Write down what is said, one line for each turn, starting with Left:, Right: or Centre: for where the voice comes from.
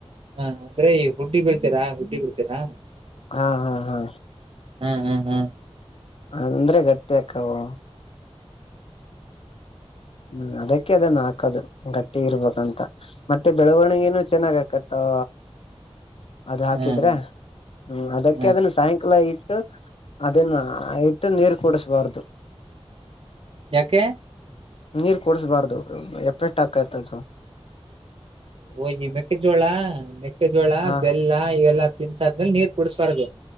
Right: ಹಾ ಅಂದ್ರೆ ಹುಡ್ಡಿಗ್ ಬಿಡ್ತೀರ ಹುಡ್ಡಿ ಹಾ
Left: ಹಾ ಹಾ ಹಾ
Right: ಹ್ಮ್ ಹ್ಮ್ ಹಾ
Left: ಅಂದ್ರೆ ಗಟ್ಟಿಕ್ಕವು. ಹ್ಮ್ ಅದಕ್ಕೆ ಅದನ್ನ ಹಾಕದು ಗಟ್ಟಿ ಇರ್ಬೇಕಂತ ಮತ್ತೆ ಬೆಳವಣಗನೂ ಚೆನ್ನಾಗ್ ಆಕತ್ತವ. ಅದ ಹಾಕಿದ್ರೆ
Right: ಹ್ಮ್
Left: ಹ್ಮ ಅದಕ್ಕೆ
Right: ಹ್ಮ್
Left: ಅದನ್ನ ಸಾಯಂಕಾಲ ಇ ಟ್ಟು ಅದನ ನೀರು ಕುಡಿಸಬಾರ್ದು. <inaudible>
Right: ಯಾಕೆ.
Left: ನೀರ್ ಕುಡ್ಸ್ಬಾರ್ದು ಎಪ್ಪೆಟ್ಟ ಹಾಕೈತೆ ಅದು.
Right: ಓ ಈ ಮೆಕ್ಕೆಜೋಳ ಮೆಕ್ಕೆಜೋಳ
Left: ಹಾ
Right: ಬೆಲ್ಲ ಇವೆಲ್ಲಾ ತಿನ್ಸಾದ್ಮೇಲೆ ನೀರ್ ಕುಡ್ಸ್ಬಾರ್ದು.